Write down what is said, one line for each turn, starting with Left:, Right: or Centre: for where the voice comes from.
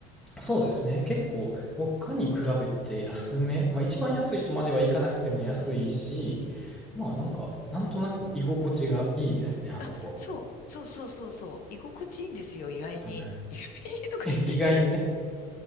Centre: そうですね、結構他に比べて安め、まあ一番安いとまではいかなくても安いし、
Left: ー、うん、うん、うん。
Centre: まあなんか、なんとなく居心地がいいですね、あそこ
Left: あ、そう、そうそうそうそう、居心地いいんですよ、意外に。
Centre: は。はい。
Left: 意外にとか言って。
Centre: <laughs> 意外にね。